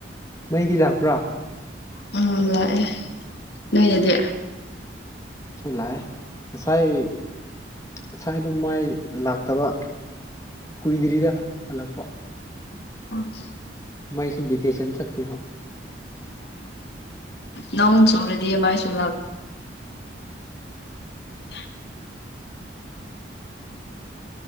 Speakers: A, on the left (about 15°); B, on the left (about 65°).
A: ꯃꯩꯗꯤ ꯂꯥꯛꯄ꯭ꯔꯥ
B: ꯎꯝ ꯂꯥꯛꯑꯦ ꯅꯣꯏꯅꯦꯗꯤ
A: ꯂꯥꯛꯑꯦ ꯉꯁꯥꯏ ꯉꯁꯥꯏꯗꯣ ꯃꯥꯏ ꯂꯥꯛꯇꯕ ꯀꯨꯏꯗ꯭ꯔꯤꯗ ꯍꯜꯂꯛꯄ
B: ꯎꯝ
A: ꯃꯥꯏꯁꯨ ꯚꯦꯀꯦꯁꯟ ꯆꯠꯄꯤꯈꯤꯕ
B: ꯅꯣꯡ ꯆꯣ꯭ꯔꯗꯤ ꯃꯥꯥꯏꯁꯨꯂꯒ <unintelligible>